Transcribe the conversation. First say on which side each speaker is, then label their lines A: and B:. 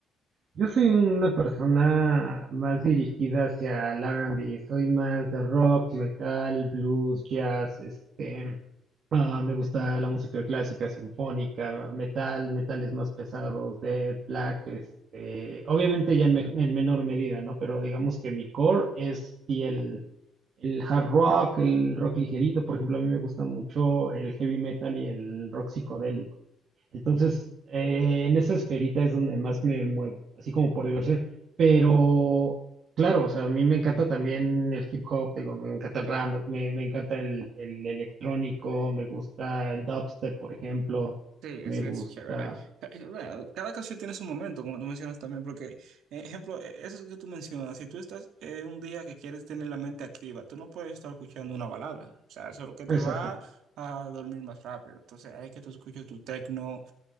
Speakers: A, on the right; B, on the right.
A: Yo soy una persona más dirigida hacia el R&B, soy más de rock, metal, blues, jazz, este, Ah, me gusta la música clásica, sinfónica, metal, metales más pesados, death, black, este, obviamente ya en, me- en menor medida, ¿no? Pero digamos que mi core es sí el, el hard rock, el rock ligerito, por ejemplo, a mí me gusta mucho el heavy metal y el rock psicodélico. Entonces, eh, en esa esferita es donde más me muevo, así como por diversión. Pero, claro, o sea, a mí me encanta también el hip hop, digo, me encanta el rap, me, me- me encanta el, el electrónico, me gusta el dubstep, por ejemplo,
B: Sí, ese
A: me gusta...
B: es chévere. Ca- eh, Bueno, cada canción tiene su momento, como tú mencionas también, porque, eh, ejemplo, eh, eso que tú mencionas, si tú estás eh, un día que quieres tener la mente activa, tú no puedes estar escuchando una balada. O sea, eso es lo que te
A: Exacto.
B: va a dormir más rápido. Entonces, hay que tú escuches tu techno